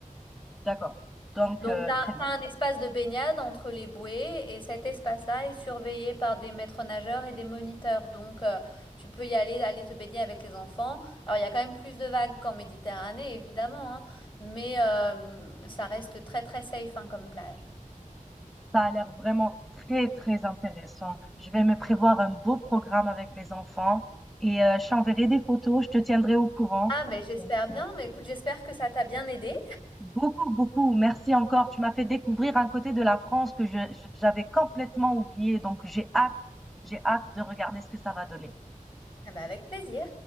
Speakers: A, in the centre; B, on the left.
A: D'accord, donc
B: Donc,
A: heu,
B: tu as,
A: très bien.
B: un espace de baignade entre les bouées et cet espace-là est surveillé par des maîtres nageurs et des moniteurs. Donc, euh, tu peux y aller, aller te baigner avec les enfants. Alors, il y a quand même plus de vagues qu'en Méditerranée, évidemment, hein, mais euh, ça reste très, très safe hein, comme plage.
A: Ça a l'air vraiment très, très intéressant. Je vais me prévoir un beau programme avec mes enfants et heu, je t'enverrai des photos, je te tiendrai au courant.
B: Ah, mais j'espère
A: Donc
B: bien.
A: heu,
B: Mais écoute, j'espère que ça t'a bien aidé.
A: beaucoup, beaucoup, merci encore. Tu m'as fait découvrir un côté de la France que je je j'avais complètement oublié, donc j'ai hâte j'ai hâte de regarder ce que ça va donner.
B: Ah ben, avec plaisir.